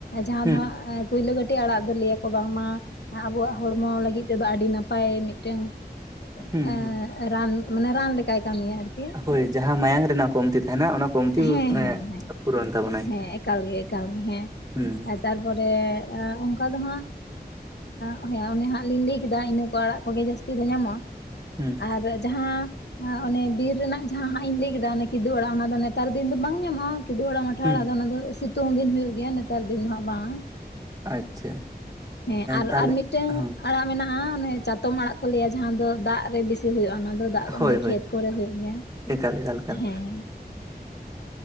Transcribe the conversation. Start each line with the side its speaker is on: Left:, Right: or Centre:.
Left: ᱡᱟᱦᱟᱸ
Right: ᱦᱩᱸ
Left: ᱫᱚ ᱦᱟᱸᱟᱜ ᱮᱸᱻ ᱯᱩᱭᱞᱟᱹ ᱠᱟᱹᱴᱤᱡ ᱟᱲᱟᱜ ᱫᱚ ᱞᱟᱹᱭᱟᱠᱚ ᱵᱟᱝᱢᱟ ᱟᱵᱚᱣᱟᱜ ᱦᱚᱲᱢᱚ ᱞᱟᱹᱜᱤᱫ ᱛᱮᱫᱚ ᱟᱹᱰᱤ ᱱᱟᱯᱟᱭ ᱢᱤᱫᱴᱝ
Right: ᱦᱩᱸ
Left: ᱚ,
Right: ᱦᱩᱸ
Left: ᱨᱟᱱ ᱢᱟᱱᱮ ᱨᱟᱱ ᱞᱮᱠᱟᱭ ᱠᱟᱹᱢᱤᱭᱟ ᱟᱨᱠᱤ
Right: ᱦᱳᱭ ᱡᱟᱦᱟᱸ ᱢᱟᱭᱟᱝ ᱨᱮᱱᱟᱜ ᱠᱚᱢᱛᱤ ᱛᱟᱦᱮᱱᱟ ᱚᱱᱟ ᱠᱚᱢᱛᱤ
Left: ᱦᱮᱸ ᱦᱮᱸ ᱦᱮᱸ
Right: ᱯᱩᱨᱚᱱ ᱛᱟᱵᱚᱱᱟᱭ
Left: ᱦᱮᱸ ᱮᱠᱟᱞ ᱜᱮ ᱮᱠᱟᱞ ᱜᱮ ᱦᱮᱸ
Right: ᱦᱩᱸ
Left: ᱟ ᱛᱟᱨᱯᱚᱨᱮ ᱮᱸ ᱚᱝᱠᱟ ᱫᱚ ᱦᱟᱸᱜ ᱮᱸᱜᱻ ᱚᱱᱮ ᱦᱟᱸᱜ ᱞᱤᱧ ᱞᱟᱹᱭ ᱠᱮᱫᱟ ᱤᱱᱟᱹ ᱠᱚ ᱟᱲᱟᱜ ᱠᱚᱜᱮ ᱡᱟᱹᱥᱛᱤ ᱫᱚ ᱧᱟᱢᱚᱜᱼᱟ
Right: ᱦᱩᱸ
Left: ᱟᱨ ᱡᱟᱦᱟᱸ ᱚᱱᱮ ᱵᱤᱨ ᱨᱮᱱᱟᱜ ᱡᱟᱦᱟᱸ ᱦᱟᱸᱜ ᱤᱧ ᱞᱟᱹᱭ ᱠᱮᱫᱟ ᱠᱤᱫᱩᱜ ᱟᱲᱟᱜ ᱚᱱᱟ ᱫᱚ ᱱᱮᱛᱟᱨ ᱫᱤᱱ ᱫᱚ ᱵᱟᱝ ᱧᱟᱢᱚᱜᱼᱟ ᱠᱤᱫᱩᱜ ᱟᱲᱟᱜ ᱢᱟᱴᱷᱟ
Right: ᱦᱩᱸ
Left: ᱟᱲᱟᱜ ᱟᱫᱚ ᱚᱱᱟ ᱫᱚ ᱥᱤᱛᱩᱝ ᱫᱤᱱ ᱦᱩᱭᱩᱜᱮᱭᱟ ᱜᱮᱭᱟ ᱱᱮᱛᱟᱨ ᱫᱤᱱ ᱫᱚ ᱦᱟᱜ ᱵᱟᱝ
Right: ᱟᱪᱪᱷᱟ
Left: ᱦᱮᱸ ᱟᱨ
Right: ᱛᱟᱦᱞᱮ
Left: ᱟᱨ ᱢᱤᱫᱴᱟᱝ
Right: ᱦᱮᱸ
Left: ᱟᱲᱟᱜ ᱢᱮᱱᱟᱜᱼᱟ ᱚᱱᱮ ᱪᱟᱛᱚᱢ ᱟᱲᱟᱜ ᱠᱚ ᱞᱟᱹᱭᱟ ᱡᱟᱦᱟᱸ ᱫᱚ ᱫᱟᱜ ᱨᱮ ᱵᱤᱥᱤ ᱦᱩᱭᱩᱜᱼᱟ ᱚᱱᱟ ᱫᱚ ᱫᱟᱜ
Right: ᱦᱳᱭ ᱦᱳᱭ
Left: ᱠᱷᱮᱛ ᱠᱚᱨᱮ ᱦᱩᱭᱩᱜ ᱜᱮᱭᱟ
Right: ᱮᱠᱟᱞ ᱮᱠᱟᱞ ᱮᱠᱟᱞ
Left: ᱦᱮᱸ